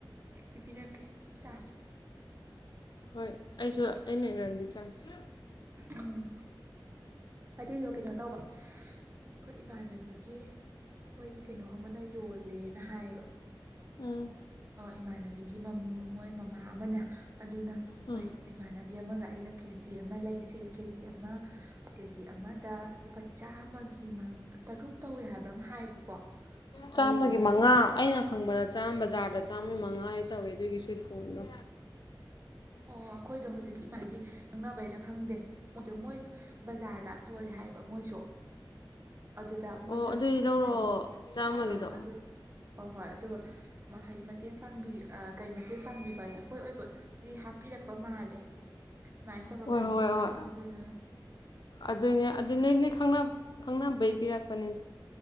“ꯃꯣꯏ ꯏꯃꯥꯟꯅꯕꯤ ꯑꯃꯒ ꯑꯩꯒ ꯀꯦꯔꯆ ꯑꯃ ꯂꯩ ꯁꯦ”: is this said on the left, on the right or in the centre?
Right